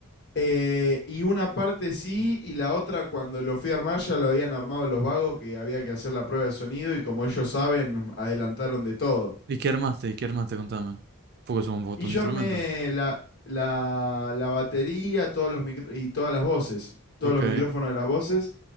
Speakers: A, on the left; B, on the right.
A: Eh, y una parte sí, y la otra cuando lo fui a armar ya lo habían armado los vagos que había que hacer la prueba de sonido y como ellos saben, adelantaron de todo.
B: ¿Y qué armaste? ¿Y qué armaste? Contame. Porque son un montón
A: Y yo
B: de instrumentos.
A: armé la, la, la batería todos los micro- y todas las voces, todos
B: Ok.
A: los micrófonos de las voces,